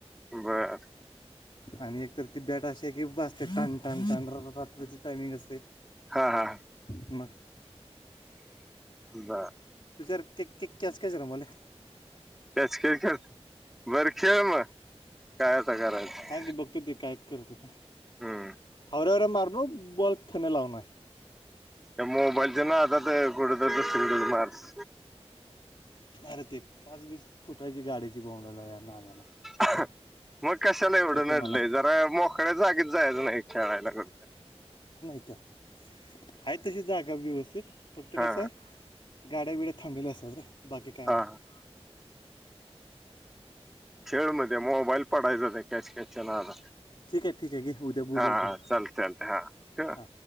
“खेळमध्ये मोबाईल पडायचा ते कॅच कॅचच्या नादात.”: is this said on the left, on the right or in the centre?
Centre